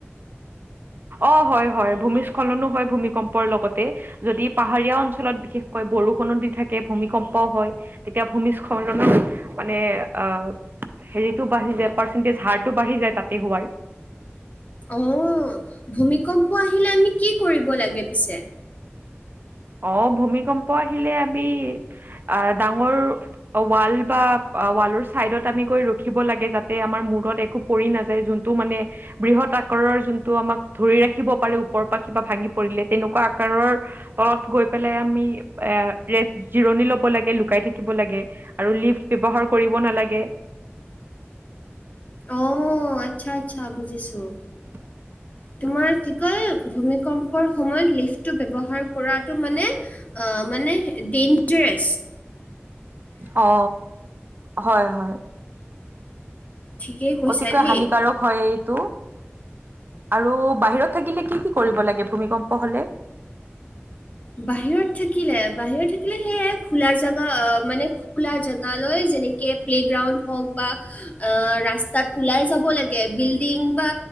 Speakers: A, on the right; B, on the left.
A: অ, হয়, হয়। ভূমিস্খলনো হয় ভূমিকম্পৰ লগতে। যদি পাহাৰীয়া অঞ্চলত বিশেষকৈ বৰষুণো দি থাকে ভূমিকম্পও হয়। তেতিয়া ভূমিস্খলনৰ মানে আ। হেৰিটো বাঢ়ি যায়। পাৰ্চেন্টেজ হাৰটো বাঢ়ি যায়, তাতে হোৱাৰ
B: অ, ভূমিকম্প আহিলে আমি কি কৰিব লাগে পিছে।
A: অ, ভূমিকম্প আহিলে আমি আ ডাঙৰ। অ ৱাল বা ৱালৰ চাইডত আমি গৈ ৰখিব লাগে যাতে আমাৰ মূৰত একো। পৰি নাযায় যোনটো মানে। বৃহৎ আকাৰৰ যোনটো আমাক ধৰি ৰাখিব পাৰে ওপৰ পা কিবা ভাঙি পৰিলে তেনেকুৱা আকাৰৰ। তলত গৈ পেলাই আমি ৰেষ্ট জিৰণি ল'ব লাগে, লুকাই থাকিব লাগে। আৰু লিফ্ট ব্যৱহাৰ কৰিব নালাগে।
B: অ আচ্ছা, আচ্ছা বুজিছোঁ।
A: <unintelligible>
B: তোমাৰ কি কয় ভূমিকম্পৰ সময়ত লিফ্টটো ব্যৱহাৰ কৰাটো মানে। আ মানে ডেইঞ্জাৰছ।
A: অ হয়, হয়।
B: ঠিকেই কৈছা
A: অতিকৈ
B: দেই
A: হানিকাৰক। হয় এইটো, আৰু বাহিৰত থাকিলে কি কি কৰিব লাগে ভূমিকম্প হলে?
B: বাহিৰত থাকিলে, বাহিৰত থাকিলে সেইয়া খোলা জেগা অ মানে। খোলা জেগালৈ যেনেকে প্লেগ্ৰাউণ্ড হওক বা। অ ৰাস্তাত ওলাই যাব লাগে বিল্ডিং বা।